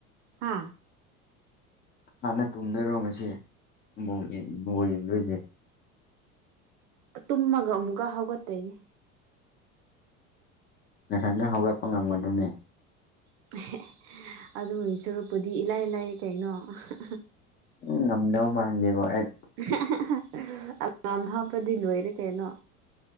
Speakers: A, on the right; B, on the left.
A: ꯍꯥ
B: ꯍꯥꯟꯅ ꯇꯨꯝꯗꯣꯏꯔꯣ ꯉꯁꯤ ꯕꯣꯜ ꯌꯦꯡ ꯕꯣꯜ ꯌꯦꯡꯗꯣꯏꯖꯦ꯫
A: ꯇꯨꯝꯃꯒ ꯑꯃꯨꯛꯀ ꯍꯧꯒꯠꯇꯣꯏꯅꯦ
B: ꯅꯊꯟꯗ ꯍꯧꯒꯠꯄ ꯉꯝꯒꯗ꯭ꯔꯣꯅꯦ
A: <unintelligible> ꯑꯗꯨꯒꯤ ꯁꯔꯨꯞꯄꯨꯗꯤ ꯏꯂꯥꯏ ꯂꯥꯏ ꯀꯩꯅꯣ <unintelligible>
B: ꯎꯝ ꯉꯝꯗꯧ ꯃꯥꯥꯟꯗꯦꯕ ꯑꯩ
A: <unintelligible> ꯑꯝ ꯍꯥꯞꯄꯗꯤ ꯂꯣꯏꯔꯦ ꯀꯩꯅꯣ